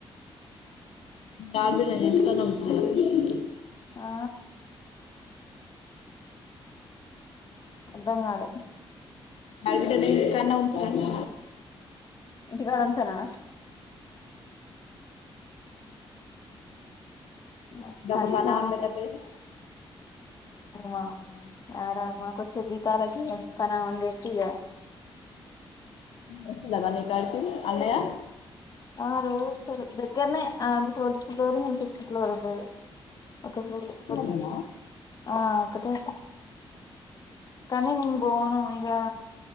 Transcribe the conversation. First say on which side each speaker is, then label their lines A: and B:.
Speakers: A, on the left; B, on the left.
A: <unintelligible>
B: ఆ అర్థంగాలే
A: ఆడిబిడ్డోళ్ళింటి కాన్నే ఉంచురంటున్న
B: ఇంటికాడుంచనా? ఊ
A: ఇదొక
B: కనీసం
A: పని ఆమె బిడ్డ పేరు
B: వామ్మో ఆడ మాకొచ్చే జీతాలకీ పనావన్బెట్టి ఇగా
A: వచ్చిండా మర్నీకాడికి అన్నయ్య?
B: ఆ రోజొస్తడు దగ్గరనే ఆయన్ది ఫోర్తు ఫ్లోరు మేం ఫిఫ్త్ ఫ్లోరుండేది. ఒక్క ఫ్లోరు <unintelligible>
A: నేనా
B: ఆ ఒక్కటే కని నిన్బోను ఇగా